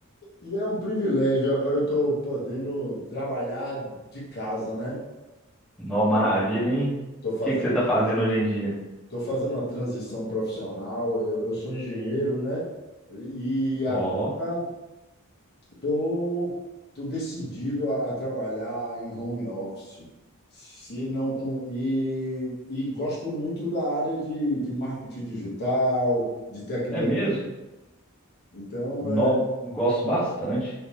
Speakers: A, on the left (about 45°); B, in the centre.
A: E é um privilégio. Agora eu estou podendo trabalhar de casa, né?
B: Nó, maravilha, hein?
A: Estou fazendo,
B: O que que você
A: estou
B: tá fazendo hoje em dia?
A: fazendo uma transição profissional. Eu, eu sou engenheiro, né? E agora
B: Ó,
A: Estou tô, tô decidido a, a trabalhar em home office. Se não, com- e, e gosto muito da área de, de marketing digital, de tecnologia.
B: é mesmo?
A: Então,
B: Nó,
A: é,
B: gosto bastante.